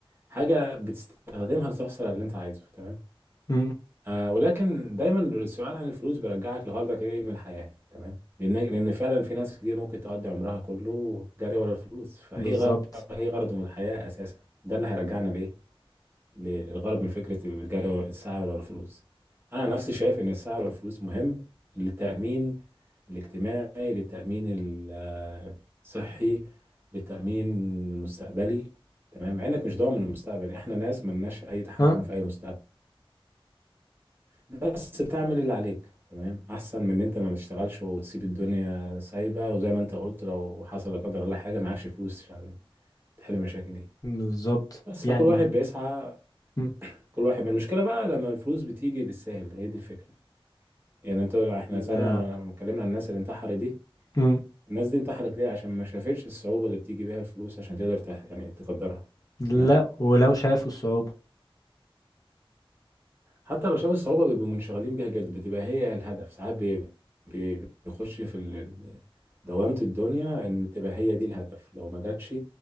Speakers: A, on the right; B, on the left.
A: حاجه بتستخدمها لتحصل على اللي انت عايزه تمام
B: امم
A: آه ولكن دايما السؤال عن الفلوس بيرجعك لغرضك ايه من الحياة تمام لان لان فعلا في ناس كتير ممكن تقضي عمرها كله جري ورا الفلوس فايه
B: بالظبط
A: غرض ايه غرضه من الحياة اساسا ده اللي هيرجعنا لايه ل- للغرض من فكرة الجري ورا السعي ورا الفلوس انا نفسي شايف ان السعي ورا الفلوس مهم للتأمين الاجتماعي للتأمين ال- آه، الصحي للتأمين المستقبلي تمام مع انك مش ضامن المستقبل احنا ناس ملناش اي تحكم
B: ها
A: في اي مستقبل بس تعمل اللي عليك تمام احسن من ان انت ما تشتغلش وتسيب الدنيا سايبه وزي ما انت قلت لو حصل لا قدر الله حاجه معكش فلوس عشان تحل المشاكل دي
B: بالظبط
A: بس فكل
B: يعني
A: واحد بيسعى
B: مم.
A: كل واحد المشكله بقى لما الفلوس بتيجي بالساهل هي دي الفكره يعني انت احنا سالنا
B: لا
A: لما اتكلمنا عن الناس اللي انتحرت دي
B: مم.
A: الناس دي انتحرت ليه عشان ما شافتش الصعوبه اللي بتيجي بيها الفلوس عشان تقدر تح... يعني تقدرها
B: لا
A: تمام
B: ولو شافوا الصعوبة
A: حتى لو شاف الصعوبة بيبقوا منشغلين بيها جد بتبقى هي الهدف ساعات بي- بي- بيخش في ال- دوامة الدنيا إن تبقى هي دي الهدف لو ما جاتش